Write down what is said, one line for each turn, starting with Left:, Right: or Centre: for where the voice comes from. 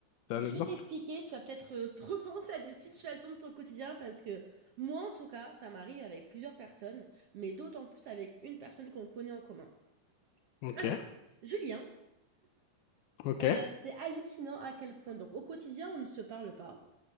Left: t'as
Right: je
Left: un exemple?
Right: vais t'expliquer, tu vas peut-être euh, <laughs> repenser à des situations de ton quotidien parce que moi, en tout cas, ça m'arrive avec plusieurs personnes, mais d'autant plus avec une personne qu'on connaît en commun.
Left: Ok,
Right: Alors, Julien,
Left: ok.
Right: euh, c'est hallucinant à quel point. Donc, au quotidien, on ne se parle pas,